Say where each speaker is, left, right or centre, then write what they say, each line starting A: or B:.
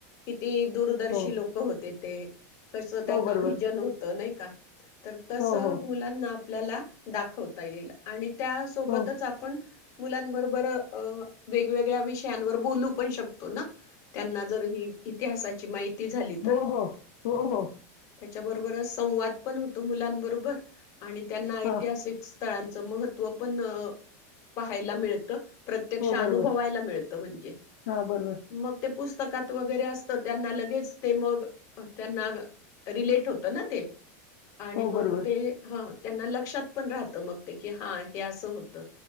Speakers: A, on the left; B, on the left.
A: ते दूरदर्शन
B: हो
A: लोक होतेत. ते कस त्यांना
B: हो बरोबर
A: विजन होत नाही का तर तस
B: हो हो
A: मुलांना आपल्याला दाखवता येईल आणि त्या सोबतच
B: हो
A: आपण मुलांबर <unintelligible> वगवेगळ्या विषयांवर बोलू पण शो त्यांना जर ह इतिहासा ची माहिती झाली
B: हो हो हो हो
A: त्याबरोबर संवाद पण होतो मुलांबरोबर आणि त्यांना ऐतिहासिक
B: हां
A: तळांचं महत्व पण पाहायला मिळत प्रत्यक्ष
B: हो
A: अनुभवायला
B: बरोबर
A: मित म्हणजे
B: हां बरोबर
A: मग पुस्तकात वगैरे असतं त्यांना लगेच ते मग त्यांना रिलेट होत ना ते. आणि
B: हो
A: मग
B: बरोबर
A: ते हा त्यांना लक्षात पण राहत, मग ते की हा हे असं होत.